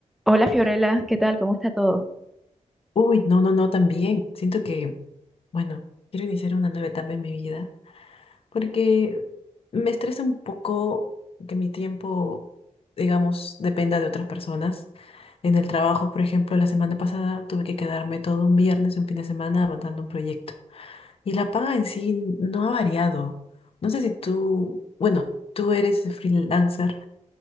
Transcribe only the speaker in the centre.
Hola Fiorella, ¿qué tal? ¿Cómo está todo?